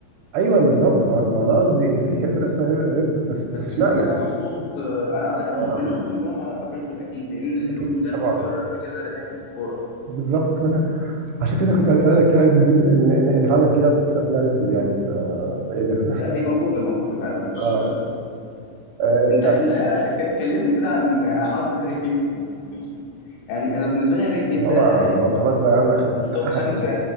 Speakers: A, on the right; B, on the left.
A: ايوه بالظبط ما, ما ده قصدي ان في كان فرقه اسمها ريد بول بس
B: بس
A: بس اشمعنى
B: اللوجو ده محطوط آه، انا اعتقد هم
A: اه
B: كلهم لهم علاقه بريد بول اكيد لان اللوجو
A: اكيد
B: ده
A: طبعا
B: متكرر في كذا نادي كوره
A: بالظبط وانا عشان كده كنت هسألك يعني ان ان إن فعلا في اصلا فرقه اسمها ريد بول يعني ف... فايه ده؟
B: لا دي موجوده موجوده فعلا
A: <laughs>
B: مش
A: اه
B: آه.
A: آه،
B: انت انت ايه رايك كلمني كده عن حظ هاري كين في ال... <laughs> يعني انا بالنسبه لي هاري كين
A: فهو
B: ده يعني
A: ما هو خلاص بقى يا عم اخد
B: من توب
A: اخد
B: خمسه